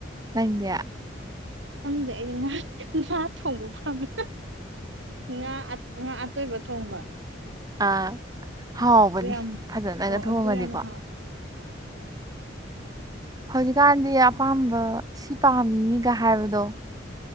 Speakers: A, on the right; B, on the right.
A: ꯅꯪꯗꯤ
B: ꯈꯪꯗ꯭ꯔꯦ ꯑꯩꯗꯤ ꯉꯥ ꯉꯥ ꯊꯣꯡꯕ ꯄꯥꯝꯃꯦ ꯉꯥ ꯉꯥ ꯑꯇꯣꯏꯕ ꯊꯣꯡꯕ
A: ꯑ ꯍꯥꯎꯕꯅꯤ
B: ꯑꯗꯨ ꯌꯥꯝ
A: ꯐꯖꯅꯒ
B: ꯑꯧ
A: ꯊꯣꯡꯉꯗꯤꯀꯣ
B: ꯑꯗꯨ ꯌꯥꯝ ꯍꯥꯎꯋꯦ <inaudible>
A: ꯍꯧꯖꯤꯛꯀꯥꯟꯗꯤ ꯑꯄꯥꯝꯕ ꯁꯤ ꯄꯥꯝꯃꯤꯒ ꯍꯥꯏꯕꯗꯣ